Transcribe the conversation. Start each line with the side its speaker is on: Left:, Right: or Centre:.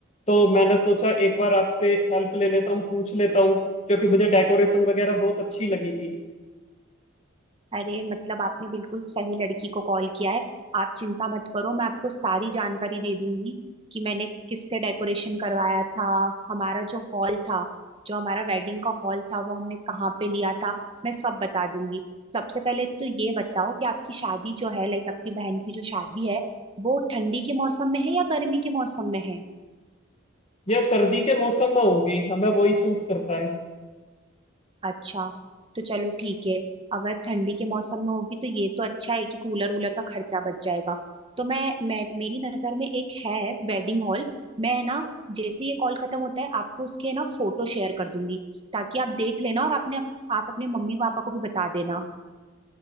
Left: तो मैंने सोचा एक बार आपसे हेल्प ले लेता हूँ पूछ लेता हूँ क्योंकि मुझे डेकोरेशन वगैरह बहुत अच्छी लगी थी
Right: अरे मतलब आपने बिल्कुल सही लड़की को कॉल किया है आप चिंता मत करो मैं आपको सारी जानकारी दे दूंगी कि मैंने किससे डेकोरेशन करवाया था हमारा जो हॉल था जो हमारा वेडिंग का हॉल था वो हमने कहाँ पे लिया था मैं सब बता दूंगी सबसे पहले तो ये बताओ कि आपकी शादी जो है लाइक आपकी बहन की जो शादी है वो ठंडी के मौसम में है या गर्मी के मौसम में है
Left: यह सर्दी के मौसम में होगी हमें वही सूट करता है
Right: अच्छा तो चलो ठीक है अगर ठंडी के मौसम में होगी तो ये तो अच्छा है कि कूलर वूलर का खर्चा बच जाएगा तो मैं मैं मेरी नज़र में एक है वेडिंग हॉल मैं ना जैसे ही ये कॉल खत्म होता है आपको उसके ना फोटो शेयर कर दूंगी ताकि आप देख लेना और आपने आप अपने मम्मी पापा को भी बता देना